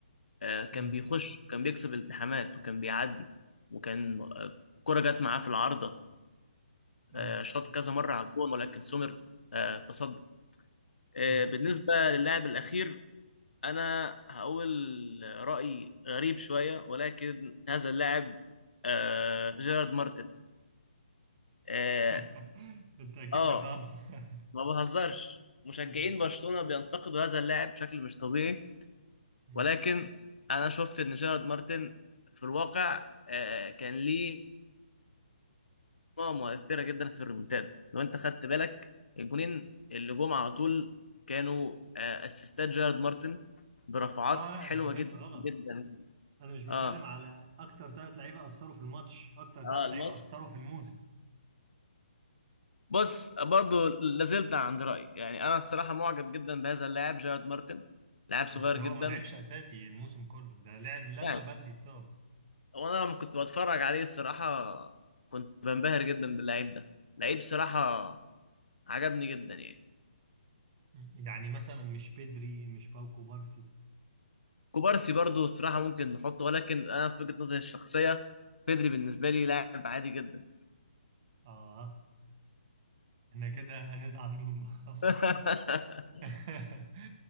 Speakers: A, on the left; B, on the right.
A: آه، كان
B: مم.
A: بيخش كان بيكسب التحامات وكان بيعدي وكان آه، كرة جت معاه في العارضة
B: ايوه
A: آه، شاط كذا مرة على الجون ولكن سومر آه، تصدى آه،
B: ايوه
A: بالنسبة للاعب الأخير أنا هقول رأي غريب شوية ولكن هذا اللاعب آه، جيرارد مارتن اه
B: <laughs> انت اكيد
A: آه،
B: بتهزر <laughs>
A: ما بهزرش مشجعين
B: مم.
A: برشلونة بينتقدوا هذا اللاعب بشكل مش طبيعي
B: مم.
A: ولكن أنا شفت إن جيرارد مارتن في الواقع آه، كان ليه مجموعة مؤثرة جدا في الريمونتادا لو أنت خدت بالك الجونين اللي جم على طول كانوا آه، أسيستات جيرارد مارتن برفعات
B: اه لا
A: حلوة
B: انت فهمت
A: جدا
B: غلط
A: جدا
B: انا مش بتكلم
A: اه
B: على اكتر ثلاث لعيبه اثروا في الماتش اكتر ثلاث
A: اه الماتش
B: لعيبه اثروا في الموسم
A: بص برضو لازلت عند رأيي يعني أنا الصراحة معجب جدا بهذا اللاعب جيرارد مارتن لاعب صغير
B: بس هو
A: جدا
B: ما لعبش اساسي الموسم كله ده لعب لما
A: يعني
B: بلدي اتصاب
A: هو انا لما كنت بتفرج عليه الصراحه كنت بنبهر جدا باللعيب ده لعيب صراحه عجبني جدا يعني
B: مم. يعني مثلا مش بدري مش باوكو بارسي
A: كوبارسي برضو الصراحه ممكن نحطه ولكن انا في وجهه نظري الشخصيه بيدري بالنسبه لي لاعب عادي جدا
B: اه احنا كده هنزعل من بعض
A: <laughs>
B: <laughs>